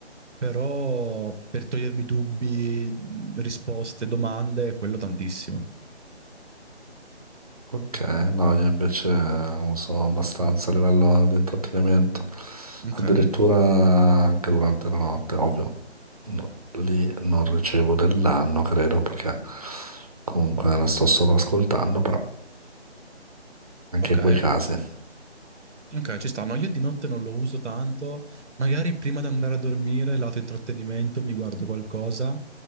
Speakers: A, on the right (about 90°); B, on the right (about 35°).
A: però per togliermi dubbi, mh, risposte, domande, quello tantissimo.
B: Ok, no, io invece uso abbastanza a livello di intrattenimento,
A: ok,
B: addirittura anche durante la notte, ovvio. No, lì non ricevo del danno, credo, perché comunque la sto solo ascoltando, però anche
A: ok.
B: in quei casi.
A: Ok, ci sta. No, io di notte non lo uso tanto. Magari prima di andare a dormire, lato intrattenimento, mi guardo qualcosa,